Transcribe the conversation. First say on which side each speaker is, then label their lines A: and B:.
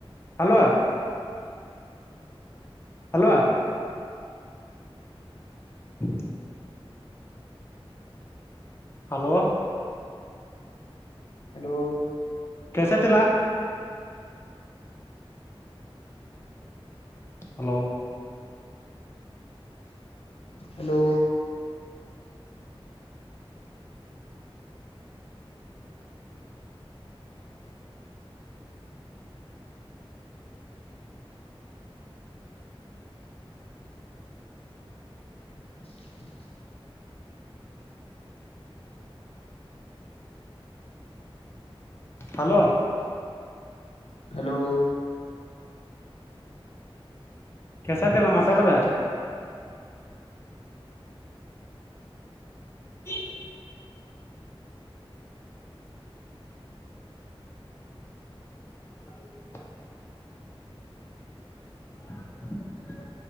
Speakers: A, on the left; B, on the left.
A: ಹಲೋ ಹಲೋ ಗ್ <inaudible> ಹಲೋ
B: ಹಲೋ
A: ಕೆಸತಿಲ್ಲ ಹಲೋ
B: ಹಲೋ <inaudible>
A: ಹಲೋ
B: ಹಲೋ
A: ಕೆಸತಲ್ಲ ಮಾತಾಡೋದು ಹ ಹ್ಮ <inaudible> ಗೆ <inaudible>